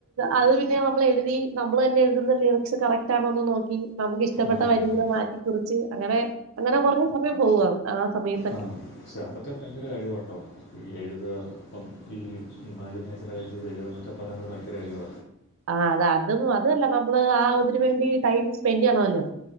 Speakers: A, on the right (about 70°); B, on the left (about 50°).
A: അത് പിന്നെ നമ്മൾ എഴുതി നമ്മൾ തന്നെ എഴുതുന്ന ലിറിക്സ് കറക്റ്റ്ണോന്ന് നോക്കി നമുക്ക് ഇഷ്ടപ്പെട്ട
B: ആ ഹാ
A: വരികള്
B: ഹാ
A: മാറ്റി കുറിച്ച് അങ്ങനെ അങ്ങനെ കൊറഞ്ഞ സമയം പോവണ് ആ സമയത്ത്
B: ആ പക്ഷേ അതൊക്കെ ഭയങ്കര കഴിവാട്ടോ ഈ എഴുത ഇപ്പം ഈ ഇമാജിനേഷനൊക്കെ ചെയ്ത് എഴുതന്നൊക്കെ പറയുന്നത് ഭയങ്കര കഴിവ.
A: ആ അതും അതല്ല നമ്മള് ആ ഇതിന് വേണ്ടി ടൈം സ്പെൻഡ്യ്യണമല്ലോ.